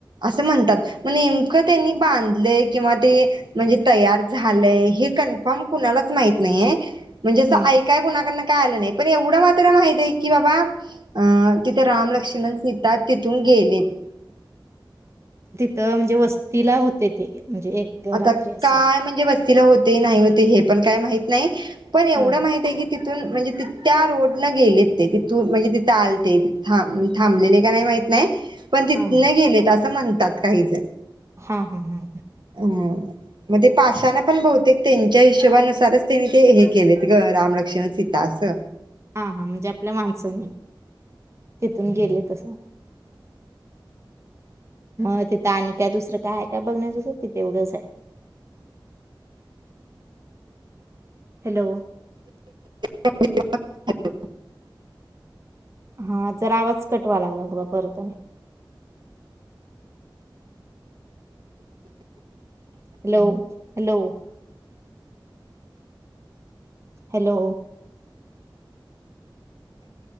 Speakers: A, on the right; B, on the right.
A: स म्हणतात नेमक त्यांनी बांधले किंवा ते म्हणजे तयार झालंय हे कन्फर्म कुणालाच माहीत नाहीये. म्हणजे असं
B: हा
A: ऐकाय कुणाकड न काय आलं नाही, पण एवढं मात्र माहित आहे की बाबा अं तिथे रामलक्ष्मण, सिता तिथून गेलेत.
B: इथं म्हणजे वस्तीला होते ते. म्हणजे एक
A: आता,
B: रात्री असं
A: काय म्हणजे बस तिला होते नाही होते हे पण काय माहित नाही. पण एवढं
B: हा
A: माहितीये की ती तीतून म्हणजे तीत त्या रोड न गेलेत, ते तिथून म्हणजे तिथं आलते तिथ था थांबलेले का नाही माहित नाही. पण, तिथन
B: हा
A: गेलेत असं म्हणतात. काहीच
B: हुं हुं हुं!
A: ह मग ते पाशाना पण बहुतेक त्यांच्या हिशोबानुसारच त्यांनी ते हे केलेत ग रामलक्ष्मण सीता असं.
B: हा हा म्हणजे आपल्या माणसानी तिथून गेले तस मग तिथं आणि काय दुसरं काय आहे काय बघण्याजोग की तेवढच हाय. हॅलो!
A: <inaudible>
B: हा जरा आवाज कट व्हाला लागला बघा परत आणि हॅलो, हॅलो हॅलो